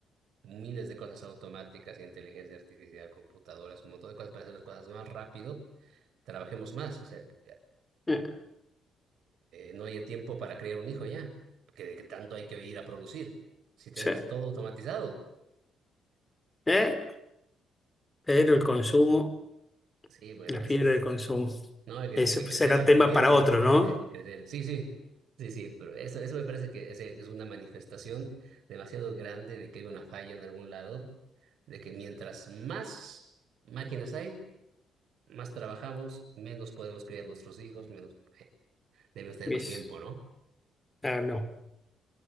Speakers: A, on the right (about 65°); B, on the left (about 20°).
A: miles de cosas automáticas, inteligencia artificial, computadoras, un montón de cosas para hacer las cosas más rápido, trabajemos más, o sea, que
B: Eh,
A: no haya tiempo para criar un hijo ya, porque de que tanto hay que ir a producir. Si tenemos
B: sí.
A: todo automatizado,
B: Eh, pero el consumo,
A: sí, bueno,
B: la
A: es,
B: fiebre
A: es-
B: del consumo,
A: no, es que
B: eso
A: tiene que crecer,
B: será
A: la economía
B: tema para
A: tiene
B: otro,
A: que crecer,
B: ¿no?
A: crecer. Sí, sí, sí, sí, pero eso, eso me parece que es, es una manifestación demasiado grande de que hay una falla en algún lado, de que mientras más máquinas hay, más trabajamos, menos podemos criar nuestros hijos, menos, eh, debemos tener
B: ¿Ves?
A: más tiempo, ¿no?
B: Ah, no,